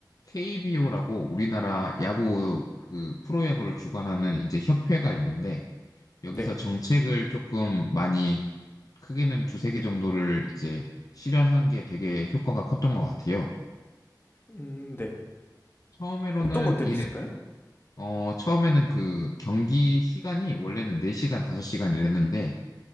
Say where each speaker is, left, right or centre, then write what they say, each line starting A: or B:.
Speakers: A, on the left; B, on the left.
A: KBO라고 우리나라 야구 그 프로야구를 주관하는 이제 협회가 있는데 여기서
B: 네.
A: 정책을 조금 많이 크게는 두세 개 정도를 이제 실현한 게 되게 효과가 컸던 것 같아요.
B: 음, 네.
A: 처음으로는
B: 어떤 것들이
A: 얘네
B: 있을까요?
A: 어 처음에는 그 경기 시간이 원래는 4시간, 5시간 이랬는데